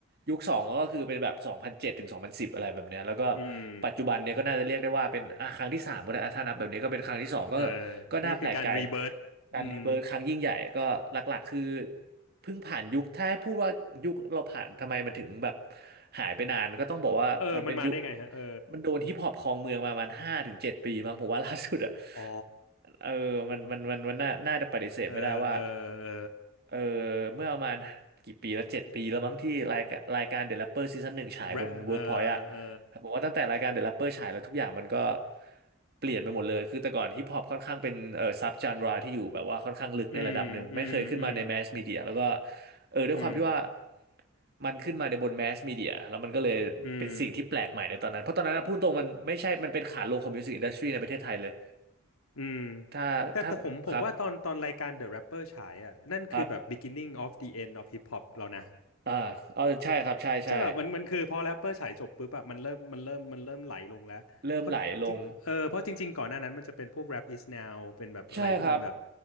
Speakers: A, on the right; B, on the left.
A: ยุคสองก็คือเป็นแบบ2,007ถึง2,010องพันสิบอะไรแบบเนี้ยแล้วก็
B: อืม
A: ปัจจุบันเนี้ยก็น่าจะเรียกได้ว่าเป็นอ่ะครั้งที่สามก็ได้อ่ะถ้านับแบบนี้ก็เป็นครั้งที่สองก็
B: เออนี่คือการรีเบิร์อืม
A: ก็น่าแปลกใจ การรีเบิร์ธครั้งยิ่งใหญ่ก็หลักๆคือเพิ่งผ่านยุคถ้าให้พูดว่ายุคเราผ่านทำไมมันถึงแบบหายไปนานก็ต้องบอกว่ามันเป็นยุค
B: เออมันมาได้ไงฮะเออ
A: มันโดนฮิปฮอปครองเมืองมาประมันห้าถึงเจ็ดปีมั้งผมว่าล่าสุดอะ
B: อ๋อ
A: เออมันมันมันมันน่าน่าจะปฏิเสธไม่ได้ว่า
B: เออเออเออ
A: เออเมื่อประมาณกี่ปีแล้วเจ็ดปีแล้วมั้งที่รายการรายการเด e r แรปเปอร์ซีซั่นหนึ่งฉายบนเวิร์กพอยต์อะ
B: แรเออเออ
A: ผมว่าตั้งแต่รายการ The Rapper ฉายแล้วทุกอย่างมันก็เปลี่ยนไปหมดเลยคือแต่ก่อนฮิปฮอปค่อนข้างเป็นเออซับจานราที่อยู่แบบว่าค่อนข้างลึกในระดับหนึ่งไม่เคยขึ้นมาในแมสมีเดียแล้วก็
B: อืมอืมอืม
A: เออด้วยความที่ว่า
B: อืม
A: มันขึ้นมาในบนแมสมีเดียแล้วมันก็เลยเป็นสิ่งที่แปลกใหม่ในตอนนั้นเพราะตอนนั้นนะพูดตรงมันไม่ใช่มันเป็นขาลงของมิวสิกอินดัสทรีในประเทศไทยเลย
B: อืมอืม
A: ถ้าถ้าครับ
B: แต่แต่ผมผมว่าตอนตอนรายการ The Rapper ฉายอ่ะนั่นคือแบบ
A: ครับ
B: beginning of the end of hip hop แล้วนะ
A: อ่าเออใช่ครับใช่ใช่
B: ใช่แบบมันมันคือพอ Rapper ฉายจบปุ๊บอะมันเริ่มมันเริ่มมันเริ่มไหลลงแล้วเพราะจริงเออเพราะจริงๆก่อนหน้านั้นมันจะเป็นพวก
A: เริ่มไหลลง
B: Rap is now เป็นแบบอะไรที่มันแบบ
A: ใช่ครับ